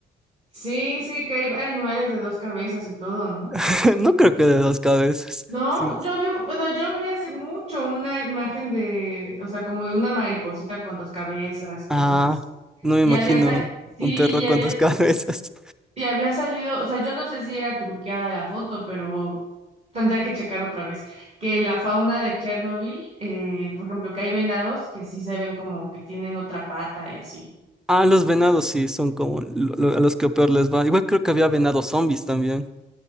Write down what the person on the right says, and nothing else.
Sí, sí, que hay animales de dos cabezas y todo, ¿no?
No,
yo vi, bueno, yo vi hace mucho una imagen de, o sea, como de una mariposita con dos cabezas y cosas
así.
Y
había, sa- sí,
y había,
Y había salido, o sea, yo no sé si era truqueada la foto, pero tendré que checar otra vez. Que la fauna de Chernobyl, eh, por ejemplo, que hay venados que sí se ven como que tienen otra pata y así.